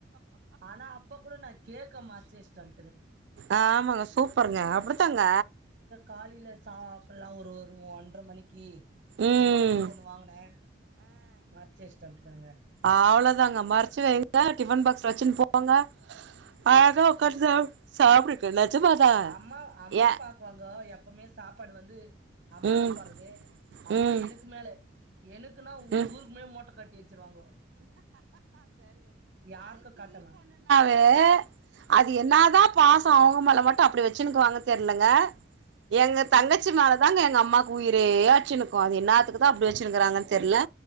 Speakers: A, on the right; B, on the right.
A: ஆனா அப்ப கூட நா கேட்க மாச்சேச்சன்
B: ஆமாங்க சூப்பருங்க அப்படித்தாங்க
A: காலில சாப்பல்லா ஒரு ங்க ஒண்டர்ர மணிக்கு
B: ம்
A: புரோனி ஒண்ணு வாங்கனே மறச்ச இஷ்டம் ப்பங்க
B: அவ்வளோதாங்க மறைச்சு வைங்க டிஃபன் பாக்ஸ்ல வச்சுன்னு போங்க அழகா உக்காந்து சாப் சாப்டுங்க நெஜமாதா
A: அம்மா அம்மா
B: ஏ
A: பாக்குவாங்க எப்பவுமே சாப்பாடு வந்து அம்மா
B: ம்
A: தா போறது அம்மா
B: ம்
A: எனக்கு மேல எனக்குன்னா
B: ம்
A: ஊருக்குமே மோட்டை கட்டி வச்சிருவாங்க யாருக்க காட்டவ
B: ஆ அது என்ன தா பாச அவங்க மேல மட்டு அப்டி வச்சுன்னுக்குகாங்க தெரியலங்க எங்க தங்கச்சி மேல தான்ங்க எங்க அம்மா மக்கு உயரேயச்சின்னு அது என்னாத்துக்கு தா அப்டி வச்சிருக்காங்க